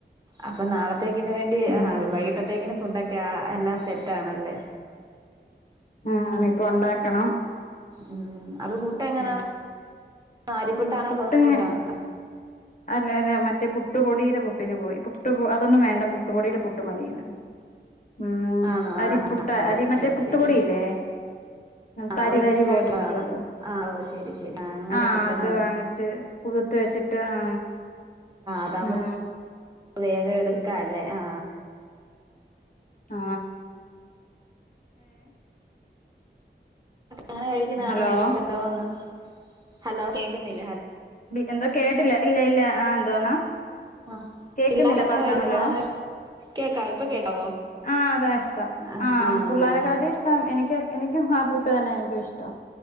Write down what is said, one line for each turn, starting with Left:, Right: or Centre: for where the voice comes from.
Right: അപ്പൊ നാളത്തേക്കിന് വേണ്ടി
Left: ഉം
Right: വൈകിട്ടത്തേക്ക്ന്. ക്ക എല്ലാം സെറ്റ് ആണല്ലേ?
Left: ആ ഇപ്പൊ ഉണ്ടാക്കണം.
Right: ഉം അപ്പൊ പുട്ട് എങ്ങനാ.
Left: ഉം
Right: ആരിപ്പുട്ടാണോ
Left: പുട്ടിന്
Right: ഗോതമ്പ്പുട്ടാണോ?
Left: അല്ല അല്ല മറ്റേ പുട്ടുപൊടിയുടെ പുട്ടിന് പോയി പുട്ടു പൊ അതന്നും വേണ്ട പുട്ടുപൊടിയുടെ പുട്ട് മതീന്ന്. ഉം
Right: ആണോ
Left: അരിപ്പുട്ട്
Right: ആഹാ
Left: അരി
Right: ഓ
Left: മറ്റേ
Right: ശരി
Left: പുട്ടുപൊടിയില്ലേ?
Right: ശരി
Left: തരിതരി
Right: ആ ഇൻസ്റ്റന്റ്
Left: പോലെ
Right: ആയിട്ടുള്ളതാണോ
Left: ഇരിക്കും അത്
Right: ആ ഓ ശരി ശരി അങ്ങനെ
Left: ആ
Right: കിട്ടുന്നതാ
Left: അത് വാങ്ങിച്ച് കു തുത്ത് വെച്ചിട്ട് ആ
Right: അതാ
Left: ആ
Right: വേഗം എടുക്കാല്ലേ ആ
Left: ആ
Right: അങ്ങനെ കഴിക്കുന്നാണോ
Left: ഹലോ
Right: ഇഷ്ടോന്ന് ഹലോ കേക്കുന്നില്ലെ.
Left: എന്താ കേട്ടില്ലേ ഇല്ല ഇല്ല ആ എന്തോന്നാ.
Right: ആഹ്
Left: കേക്കുന്നില്ല
Right: പിള്ളേർ അങ്ങനെ
Left: പറഞ്ഞോ
Right: കഴിക്കുന്നതാണോ
Left: ഹലോ.
Right: ഇഷ്ടം കേക്കാവോ ഇപ്പൊ കേക്കാവോ
Left: ആ അതാ ഇഷ്ടം
Right: ആഹ്
Left: ആ
Right: ആഹ്
Left: പു ള്ളരക്കാട്ടീ ഇഷ്ടം എനിക്ക് എനിക്കും ആ പുട്ട് തന്നൊ നിക്കുംഇഷ്ടം